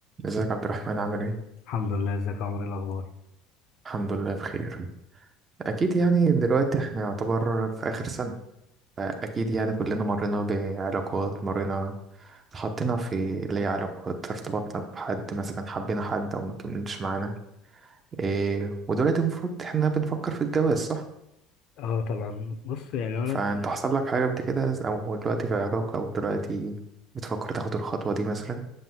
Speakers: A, on the right; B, on the left.
A: ازيك عبد الرحمن عامل ايه؟
B: الحمد لله ازيك يا عمر ايه الاخبار
A: الحمد لله بخير اكيد يعني دلوقتي احنا يعتبر في اخر سنة فاكيد يعني كلنا مرينا بعلاقات مرينا اتحطينا في اللي هي علاقات ارتبطنا بحد مثلا حبينا حد او مكملتش معانا إيه ودلوقتي المفروض احنا بنفكر في الجواز صح؟
B: اه طبعا بص يعني انا
A: فانت حصل لك حاجة قبل كده او دلوقتي في علاقة او دلوقتي بتفكر تاخد الخطوة دي مثلا